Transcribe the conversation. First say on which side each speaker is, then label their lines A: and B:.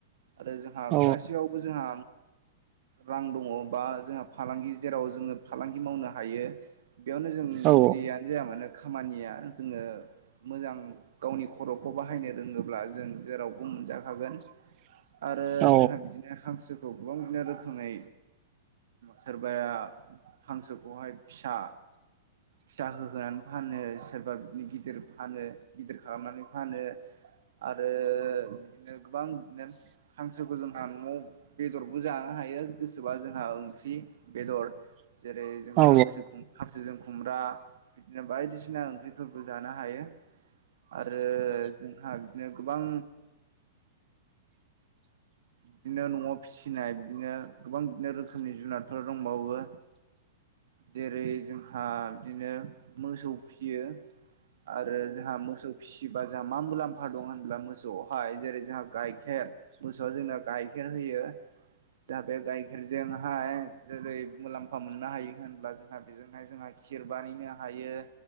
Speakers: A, on the right; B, on the right.
A: आरो जोंहा
B: औ
A: गासैयावबो जोंहा रां दङ बा जोंहा फालांगि जेराव जोङो फालांगि मावनो हायो। बेयावनो जों
B: औ
A: जियानो जाया मानो खामानिया जोङो मोजां गावनि खर'खौ बाहायनो रोङोब्ला जों जेरावबो मोनजाखागोन
B: <inaudible>
A: आरो
B: औ
A: जोंहा बिदिनो हांसोखौ गोबां बिदिनो रोखोमै सोरबाया हांसोखौहाय फिसा फिथाहो होनानै फानो सोरबा बिदिनो गिदिर फानो गिदिर खालामनानै फानो आरो बिदिनो गोबां बिदिनो हांसोखौ जोंहा न'आव बेदरबो जानो हा हायो गोसोबा जोंहा ओंख्रि बेदर जेरै जोंहा
B: औ
A: हांसो हांसोजों खुमब्रा। बिदिनो बायदिसिना ओंख्रिफोरबो जानो हायो आरो जोंहा। बिदिनो गोबां बिदिनो न'आव फिसिनाय बिदिनो गोबां बिदिनो रोखोमनि जुनारफोर दंबावो जेरै जोंहा बिदिनो मोसौ फिसियो आरो जोंहा मोसौ फि जोंहा मा मुलाम्फा दं होनब्ला मोसौआवहाय जेरै जोंहा गाइखेर मोसौआ जोंनो गाइखेर होयो। बेयो दा बे गाइखेरजोंहाय जेरै मुलाम्फा मोननो हायो होन होनब्ला जोंहा बेजोंहाय जोंहा खिर बानायनो हायो